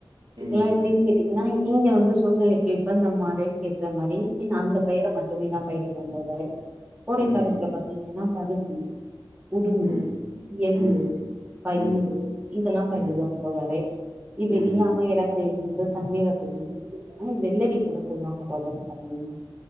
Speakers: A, on the right; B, on the right.
A: இதெல்லா
B: ம்
A: எப்படின்னு
B: ம்
A: கேட்டீங்கனா இங்க வந்து சூழ்நிலைக்கு இப்ப நம் மழைக்கு ஏத்த மாரி அந்த பயிர மட்டுமே தா பயிரிட <unintelligible> கோடை
B: ம்
A: காலத்துல
B: ம்
A: பாத்தீங்கனா பாரு உடும்பு
B: ம்
A: எள்ளு
B: ம்
A: பயிறு
B: ம்
A: ல்லாம்
B: ம் ம்
A: <unintelligible> தோழரே இது
B: ம்
A: இல்லாம இடங்கள் வந்து தண்ணமை வசதி இருந்துச்சுன்னா வெள்ளரி கூட போடுவாங்க தோழரே பாத்தீங்கன்னா